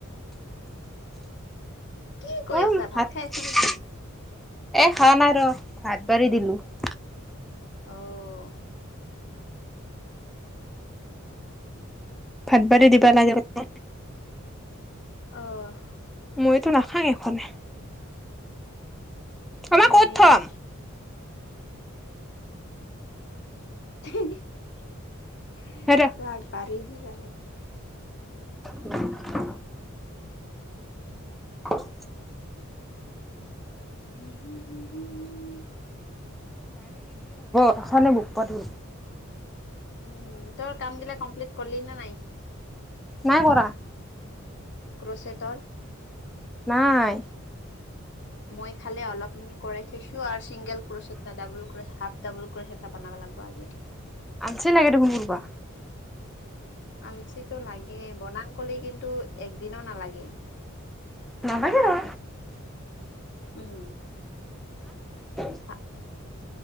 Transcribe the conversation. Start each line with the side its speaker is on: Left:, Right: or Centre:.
Left: কি কৈ
Centre: হাত
Left: আছা ভাত খাই
Centre: এ
Left: আছা নেকি
Centre: খোৱা নাই ৰ হাত বাঢাৰ়ি দিলো
Left: অহ
Centre: ভাতবাৰী দিবা লাগে ম
Left: অহ
Centre: মইতো নাখাং এখনে আমাৰ
Left: সেই
Centre: ক'ত থম
Left: <inaudible>
Centre: হেৰ উ, <unintelligible>
Left: উম হুম হম হ হ।
Centre: এখনৰ বুক পাত
Left: উম তোৰ কামগিলা কমপ্লিট কৰিলি নে নাই
Centre: নাই কৰা।
Left: ক্ৰচটৰ
Centre: নাই।
Left: মই খালে অলপ মিনি কৰাই থৈছো আৰু চিংগেল কৰিছ এটা ডাবল কৰি হাফ ডাবল কৰি স এটা বনাবা লাগিব আজি
Centre: আনচে লাগে দেখোন কৰ পৰা
Left: আলচিতটো লাগে বনাং কলি কিন্তু একদিনো নালাগে
Centre: নভাগে ৰ
Left: উম
Centre: <inaudible>
Left: ভা-